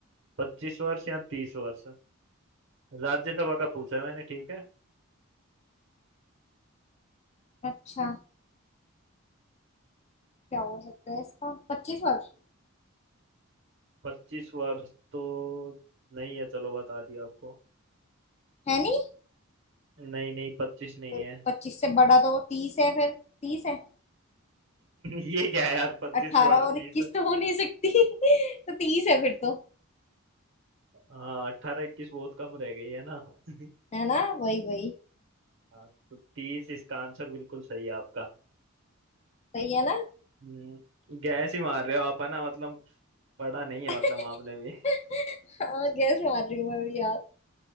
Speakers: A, on the right; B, on the left.
A: पच्चीस वर्ष या तीस वर्ष राज्यसभा का पूछा है मैंने ठीक है
B: अच्छा क्या हो सकता है इसका पच्चीस वर्ष
A: पच्चीस वर्ष तो नहीं है चलो बता दिया आपको
B: है नहीं
A: नहीं नहीं पच्चीस नहीं
B: फिर
A: है <laughs>
B: पच्चीस से बड़ा तो तीस है फिर तीस है
A: ये क्या है यार पच्चीस
B: अठारह
A: से बड़ा तीस
B: और इक्कीस
A: है
B: तो हो नहीं सकती <laughs> तो तीस है फिर तो
A: हाँ अट्ठारह इक्कीस बहुत कम रह गई है ना <laughs>
B: है ना वही वही
A: हाँ तो तीस इसका आंसर बिल्कुल सही है आपका
B: सही है ना
A: हम्म, गैस ही मार रहे हो आप है ना मतलब पढ़ा नहीं है
B: <laughs>
A: मतलब आपने भी
B: हाँ गैस मार रही हूँ मैं भी यार